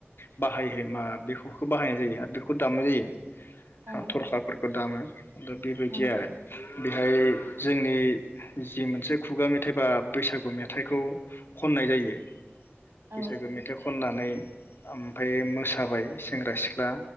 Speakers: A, on the left; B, on the right.
A: बाहाय हैमा बेखौखो बाहायनाय जायो आर बेखौ दामनाय जायो।
B: औ
A: थरखाफोरखौ दामो। दा बेबायदि
B: औ
A: आरो। बेहाय जोंनि जि मोनसे खुगा मेथाइ बा बैसागु मेथाइखौ खननाय जायो।
B: औ
A: बेैसागु मेथाइ ख खननानै आम फायो मोसाबाय सेंग्रा सिख्ला।